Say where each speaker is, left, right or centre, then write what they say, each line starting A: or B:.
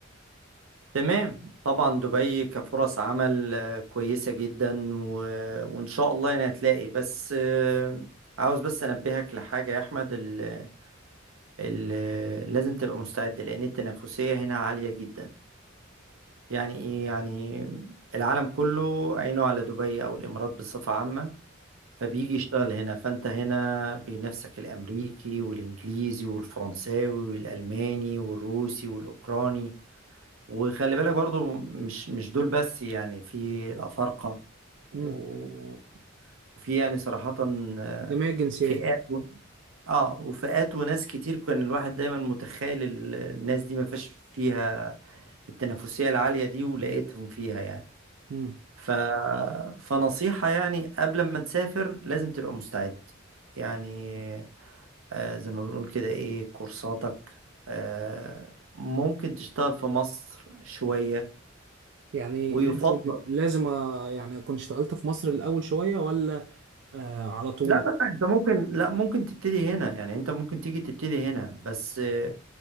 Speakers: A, on the right; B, on the right.
A: تمام طبعا دبي كفرص عمل آه، كويسة جدا و... وإن شاء الله أنا هتلاقي بس آه، عاوز بس أنبهك لحاجة يا أحمد ال... ال... لازم تبقى مستعد لأن التنافسية هنا عالية جدا يعني إيه يعني العالم كله عينه على دبي أو الإمارات بصفة عامة فبيجي يشتغل هنا فأنت هنا بنفسك الأمريكي والإنجليزي والفرنساوي والألماني والروسي والأوكراني وخلي بالك برضو مش مش دول بس يعني في الأفارقة و-
B: مم.
A: وفي يعني صراحة آه،
B: جميع الجنسيات
A: فئات و... اه وفئات وناس كتير كان الواحد دايما متخيل ال- الناس دي ما فيش فيها التنافسية العالية دي ولقيتهم فيها يعني
B: مم.
A: ف... فنصيحة يعني قبل ما تسافر لازم تبقى مستعد يعني آه زي ما بنقول كده ايه كورساتك آه ممكن تشتغل في مصر شوية
B: يعني
A: ويفضل
B: لازم لازم آه، يعني اكون اشتغلت في مصر الاول شويه ولا آه على طول
A: لا لا لا انت ممكن لا ممكن تبتدي هنا يعني انت ممكن تيجي تبتدي هنا بس آه،